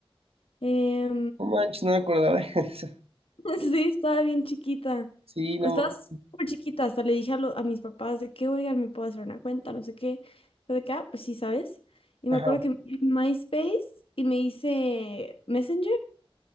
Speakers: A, on the left; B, on the right.
A: Em,
B: No manches, no me acordaba de <laughs> eso.
A: <laughs> sí, estaba bien chiquita.
B: Sí, no
A: O estaba
B: manches.
A: súper chiquita. Hasta le dije a, lo- a mis papás de que, oigan, me puedo hacer una cuenta, no sé qué. Fue de que, "Ah, pues sí, ¿sabes? Y me
B: Ajá.
A: acuerdo que me hice MySpace y me hice Messenger,